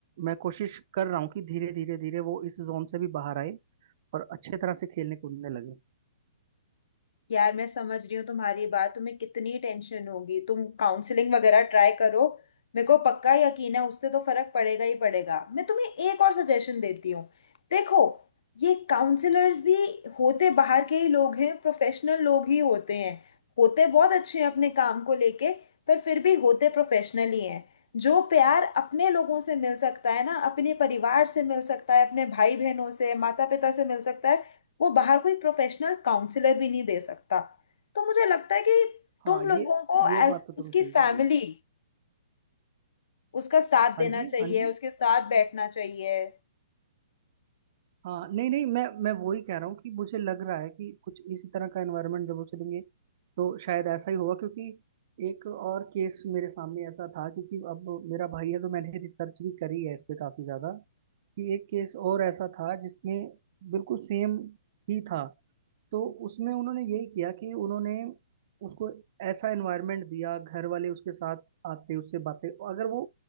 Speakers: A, on the right; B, on the left.
A: मैं कोशिश कर रहा हूँ कि धीरे धीरे धीरे वो इस जोन से भी बाहर आए और अच्छे तरह से खेलने कूदने लगे
B: यार मैं समझ रही हूँ तुम्हारी बात तुम्हें कितनी टेंशन होगी तुम काउंसलिंग वगैरह ट्राई करो मेरे को पक्का यकीन है उससे तो फर्क पड़ेगा ही पड़ेगा मैं तुम्हें एक और सजेशन देती हूँ देखो ये काउंसलर्स भी होते बाहर के ही लोग हैं प्रोफेशनल लोग ही होते हैं होते बहुत अच्छे हैं अपने काम को लेके पर फिर भी होते प्रोफेशनल ही हैं जो प्यार अपने लोगों से मिल सकता है ना अपने परिवार से मिल सकता है अपने भाई बहनों से माता पिता से मिल सकता है वो बाहर कोई प्रोफेशनल काउंसलर भी नहीं दे सकता तो मुझे लगता है कि
A: हाँ
B: तुम
A: ये
B: लोगों को
A: ये
B: एज
A: बात तो
B: उसकी
A: तुम सही कह
B: फैमिली
A: रही हो
B: उसका साथ
A: हाँ
B: देना
A: जी
B: चाहिए
A: हाँ जी
B: उसके साथ बैठना चाहिए
A: हाँ नहीं नहीं मैं मैं वही कह रहा हूँ कि मुझे लग रहा है कि कुछ इसी तरह का एनवायरनमेंट जब उसे देंगे तो शायद ऐसा ही होगा क्योंकि एक और केस मेरे सामने ऐसा था क्योंकि अब मेरा भाई है तो मैंने रिसर्च भी करी है इस पे काफ़ी ज़्यादा कि एक केस और ऐसा था जिसमें बिल्कुल सेम ही था तो उसमें उन्होंने यही किया कि उन्होंने उसको ऐसा एनवायरनमेंट दिया घर वाले उसके साथ आते उससे बातें अगर वो